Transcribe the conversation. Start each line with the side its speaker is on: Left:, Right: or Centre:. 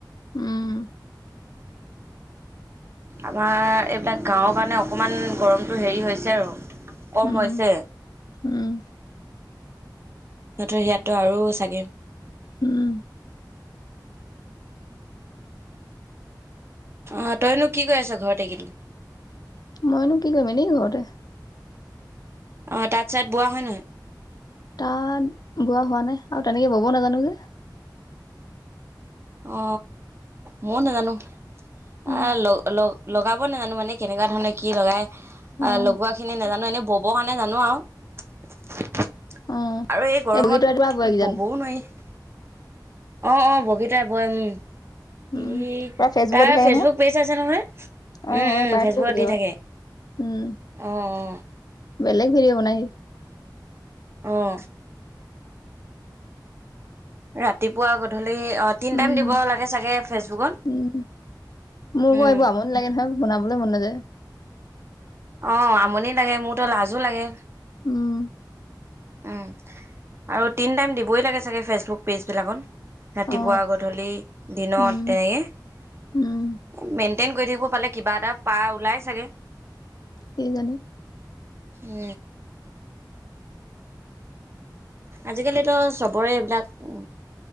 Left: উম
Right: আমাৰ এইবিলাক গাঁওৰ কাৰণে অকণমান গৰমটো হেৰি হৈছে আৰু। কম
Left: উম,
Right: হৈছে।
Left: উম,
Right: সিহঁতৰ সীয়াতটো আৰু চাগে।
Left: উম,
Right: আহ তইনো কি কৈ আছ ঘৰত এইকেইদিন।
Left: মইনো কি কৰিম এনে ঘৰতে।
Right: অ তাত চাত বোৱা হয় নহয়।
Left: তাত বোৱা হোৱা নাই আৰু তেনেকে বব নাজানো যে।
Right: অ ময়ো নাজানো
Left: উম,
Right: আহ লগ ল লগাব নোজানো মানে কেনেকুৱা ধৰণে কি লগাই
Left: উম,
Right: অ লগোৱা খিনি নাজানো- এনে ববৰ কাৰণে জানো আৰু
Left: অ
Right: আৰু এই গৰমত
Left: বগীতৰা ৰাতিপুৱা বয় কিজান
Right: ববও নোৱাৰি অ অ বগীত- বয় উম
Left: উম
Right: ই
Left: পুৰা ফেচবুকত
Right: তাৰ
Left: দি থাকে
Right: ফেচবুক
Left: নহয়।
Right: পেজ আছে নহয় উম
Left: অ
Right: উম
Left: পাই থাকো
Right: ফেচবুকত
Left: কেতিয়াবা
Right: দি থাকে।
Left: উম
Right: অঁ
Left: বেলেগ ভিদ বনাই আহি।
Right: আহ ৰাতিপুৱা গধূলি অ তিনি
Left: উম
Right: টাইম দিব লাগে চাগে ফেচবুকত।
Left: উম মোৰ
Right: উম
Left: ক এইবোৰ আমনি লাগে নহয় বনাবলৈ মন নাযায়।
Right: অ আমনি লাগে মোৰতো লাজো লাগে।
Left: উম
Right: উম আৰু তিন টাইম দিবই লাগে চাগে ফেচবুক পেজবিলাকত ৰাতিপুৱা
Left: অ
Right: গধূলি দিনত
Left: উম
Right: তেনেকে-
Left: উম
Right: মেইনটেইন কৰি থাকিব পালে কিবা এটা পাৰ ওলাই চাগে
Left: কি জানি
Right: উ আজিকালিতো চবৰে এইবিলাক উ